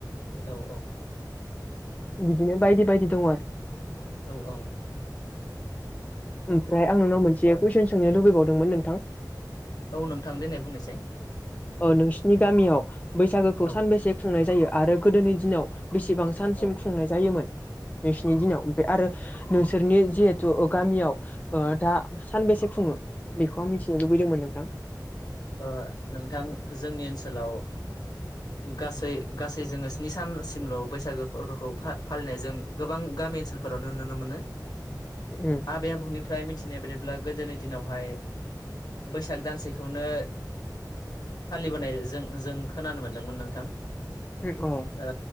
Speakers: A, on the left (about 60°); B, on the left (about 20°).
A: औ औ
B: बिदिनो बायदि बायदि दङ आरो
A: औ औ
B: ओमफ्राय आं नोंनाव मोनसे
A: औ
B: कुइसन सोंनो लुबैबावदोंमोन नोंथां
A: औ नोंथां देनाय बुंनायसाय
B: औ नोंसिनि गामियाव बैसागोखौ
A: औ
B: सानबेसे खुंनाय जायो आरो गोदोनि दिनाव बेसेबां सानसिम
A: औ
B: खुंनाय जायोमोन <unintelligible> नि दिनाव बे आरो नोंसोरनि जिहेथु गामियाव ओ दा सानबेसे खुङो बेखौ आं मिथिनो लुबैदोंमोन नोंथां
A: ओ नोंथां जोंनि ओनसोलाव ओ गासै‌ गासै जोङो स्नि सानसिमल' बैसागो फोरखौ फा-फालिनायजों गोबां गामि नि ओन्सोलफोरावनो नुनो मोनो
B: उम
A: आबै आबौनिफ्राय मिथिनाय बादिब ब्ला गोदोनि दिनावहाय बैसाग दानसेखौनो फालिबोनाय जों जों खोनानो मोनदोंमोन नोंथां।
B: ए अ
A: ओ